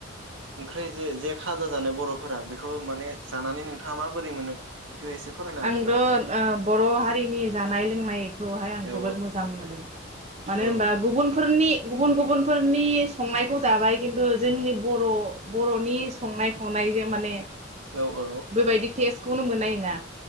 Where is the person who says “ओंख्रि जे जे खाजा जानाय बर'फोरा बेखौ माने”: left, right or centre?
Right